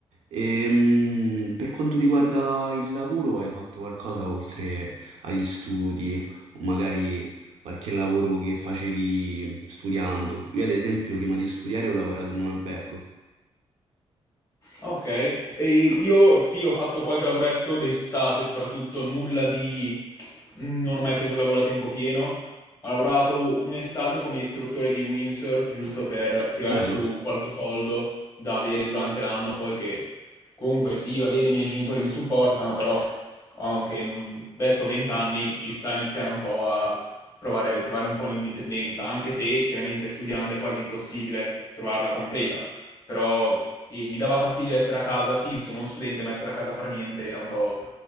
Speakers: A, on the right; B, on the left.
A: E, per quanto riguarda il lavoro, hai fatto qualcosa oltre agli studi, o magari qualche lavoro che facevi studiando. Io, ad esempio, prima di studiare ho lavorato in un albergo.
B: Ok, e io sì, ho fatto qualche lavoretto d'estate, soprattutto nulla di... Non ho mai preso un lavoro a tempo pieno. Ho lavorato un'estate come istruttore di windsurf, giusto per tirare
A: Bello,
B: su qualche soldo da avere durante l'anno, poi che comunque sì, va bene, i miei genitori mi supportano, però ho anche non- adesso ho 20 anni, ci sta a iniziare un po' a provare trovare un po' l'indipendenza, anche se chiaramente studiando è quasi impossibile trovarla completa però eh, mi dava fastidio essere a casa, sì, sono uno studente, ma essere a casa a fare niente era un po'...